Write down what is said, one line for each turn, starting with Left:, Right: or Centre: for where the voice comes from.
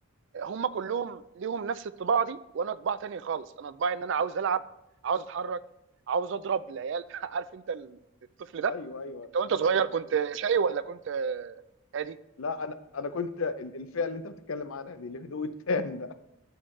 Right: هم كلهم ليهم نفس الطباع دي وانا طباع تاني خالص انا طباعي ان انا عاوز العب عاوز اتحرك عاوز اضرب العيال <laughs> عارف انت الطفل
Left: ايوه ايوه
Right: انت وانت صغير
Left: فاهم
Right: كنت
Left: ايوه
Right: شقي ولا كنت هادي
Left: لا انا انا كنت ال- الفئه اللي انت بتتكلم عنها دي الهدوء التام ده <laughs>